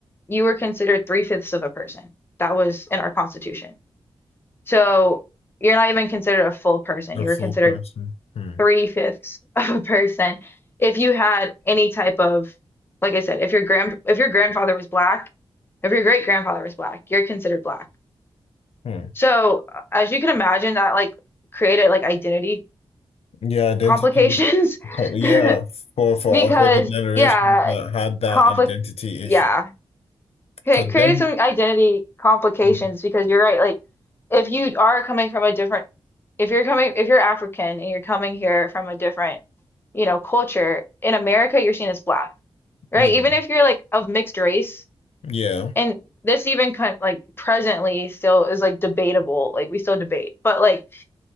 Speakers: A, on the left; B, on the left.
A: you were considered three-fifths of a person. That was in our Constitution. So you're not even considered a full person.
B: The
A: You
B: full
A: were considered
B: person. Hmm.
A: three-fifths of a person if you had any type of, like I said, if your grand if your grandfather was black, if your great grandfather was black, you're considered black.
B: Hmm.
A: So, uh, as you can imagine, that like created like identity
B: Yeah, identity.
A: complications
B: co- Yeah,
A: <laughs>
B: for for
A: because
B: for the generations
A: yeah,
B: that had that
A: conflict
B: identity
A: yeah,
B: issue, because
A: cre- created
B: then,
A: some identity complications
B: Mm.
A: because you're right, like if you are coming from a different if you're coming if you're African and you're coming here from a different, you know, culture, in America you're seen as black, right?
B: you
A: Even
B: know,
A: if you're like of mixed race
B: yeah,
A: and this even kind like presently still is like debatable, like we still debate. But like